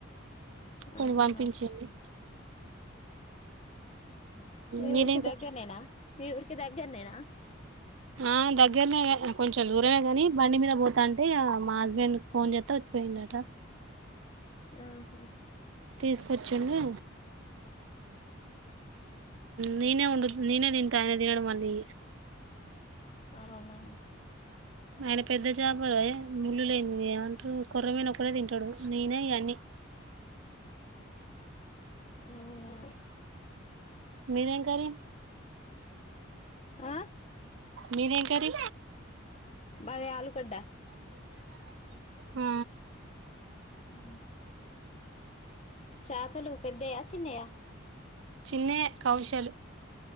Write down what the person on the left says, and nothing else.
ఆహా
మీ
ఊరికి
దగ్గరనేేనా మీ ఊరికి దగ్గర నేనా
ఆహా
అవునా
అవునా
ఆ
మాది ఆళ్లగడ్డ
ఉమ్మ్ చాపలు పెద్దయా చిన్నయా